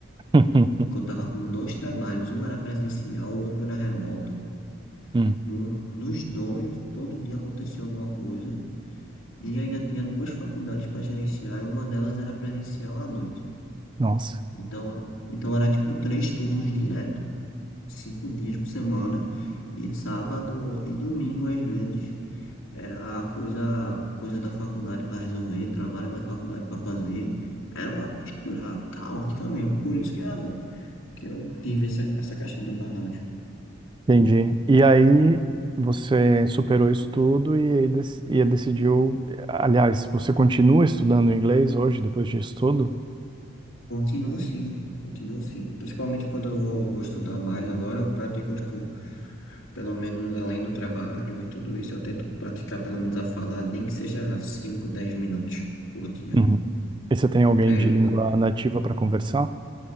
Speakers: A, on the right; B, on the left.
A: <laughs>
B: porque eu tava com dois trabalhos, um era presencial, o outro era remoto.
A: Hum,
B: No- nos dois, todo dia acontecia alguma coisa, e ainda tinha duas faculdades para gerenciar, e uma delas era presencial à noite.
A: Nossa,
B: Então, então era tipo três turnos direto. cinco dias por semana, e sábado e domingo, às vezes, era coisa, coisa da faculdade para resolver, trabalho da faculdade para fazer. Era uma mistura caótica mesmo. Por isso que eu, que eu tive essa, essa questão do burnout.
A: entendi. E aí você superou isso tudo e aí dec- e decidiu, aliás, você continua estudando inglês hoje depois disso tudo?
B: Continuo sim, continuo sim. Principalmente quando eu vou, vou estudar mais agora, eu pratico, tipo, pelo menos além do trabalho e tudo isso, eu tento praticar pelo menos a falar, nem que seja 5 10 minutos por dia.
A: Uhum. E você tem alguém
B: Que aí
A: de
B: eu,
A: língua nativa para conversar?